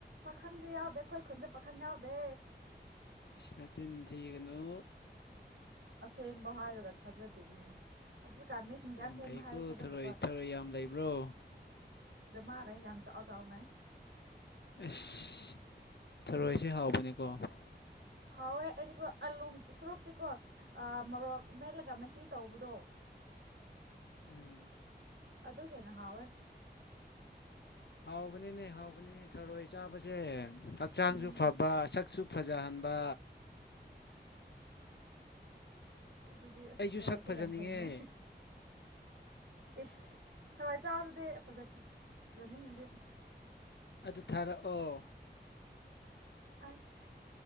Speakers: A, on the right (about 80°); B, on the left (about 70°).
A: ꯄꯥꯈꯪꯗꯤ ꯌꯥꯎꯗꯦ ꯑꯩꯈꯣꯏ ꯈꯨꯟꯁꯨ ꯄꯥꯈꯪ ꯌꯥꯎꯗꯦ
B: ꯁꯤꯅꯇꯤꯟ ꯊꯤꯒꯅꯨ
A: ꯑꯁꯦꯡꯕ ꯍꯥꯏꯔꯒ ꯊꯥꯖꯗꯦꯅꯦ ꯍꯧ ꯀꯥꯃꯤꯁꯤꯡꯁꯦ
B: ꯌꯥꯝ
A: ꯑꯁꯦꯡꯕ
B: ꯐꯩꯀꯣ
A: ꯍꯥꯏꯔꯦ ꯊꯥꯖꯗꯕ
B: ꯊꯔꯣꯏ ꯊꯔꯣꯏ ꯌꯥꯝ ꯂꯩꯕ꯭ꯔꯣ
A: ꯑꯗꯨ ꯃꯥꯔꯦ ꯌꯥꯝ ꯆꯥꯎꯥꯛ ꯆꯥꯎꯅ
B: ꯑꯁ ꯊꯔꯣꯏꯁꯦ ꯍꯥꯎꯕꯅꯤꯀꯣ
A: ꯍꯥꯎꯣꯏ ꯑꯩꯀꯣ ꯑꯥꯜꯂꯨ ꯁꯣꯔꯣꯛꯇꯤꯀꯣ ꯃꯣꯔꯣꯛ ꯃꯦꯠꯂꯒ ꯃꯍꯤ ꯇꯧꯕꯗꯣ
B: ꯎꯝ
A: ꯑꯗꯣ ꯍꯦꯅ ꯍꯥꯥꯎꯋ
B: ꯍꯥꯎꯕꯅꯤꯅꯦ ꯍꯥꯎꯕꯅꯤꯅꯦ ꯊꯣꯔꯣꯏ ꯆꯥꯕꯁꯦ ꯍꯛꯆꯥꯡꯁꯨ
A: ꯎꯝ
B: ꯐꯕ ꯁꯛꯁꯨ ꯐꯖꯍꯟꯕ
A: ꯑꯁ ꯑꯗꯨꯗꯤ ꯑꯁ
B: ꯑꯩꯁꯨ
A: ꯊꯧꯔꯑꯣꯁꯦ
B: ꯁꯛ ꯐꯖꯅꯤꯡꯉꯦ
A: ꯌꯥꯝ ꯐꯩꯩꯅꯩ ꯏꯁ ꯊꯋꯥꯏ ꯆꯥꯕꯗꯨꯗꯤ ꯐꯖꯅꯤꯡꯉꯤꯗꯤ
B: ꯑꯗꯨ ꯊꯥꯔꯛꯑꯣ
A: ꯑꯁ